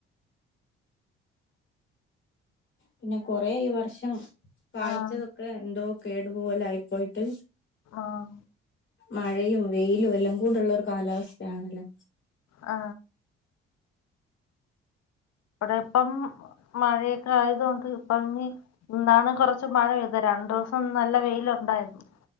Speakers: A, on the left; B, on the left.
A: പിന്നെ കൊറേ ഈ വർഷം കായ്ച്ചതൊക്കെ
B: ആഹ്
A: എന്തോ കേടു പോലെ ആയി പോയിട്ട്
B: ആഹ്
A: മഴയും വെയിലും എല്ലം കൂടെ ഉള്ള ഒരു കാലാവസ്ഥയാണല്ലോ
B: ആ ഇവടെ ഇപ്പം മഴയൊക്കെ ആയത് കൊണ്ട് ഭംഗി ഇന്നാണ് കൊറച്ച് മഴ പെയ്തെ രണ്ടുസം നല്ല വെയിലുണ്ടായിരുന്നു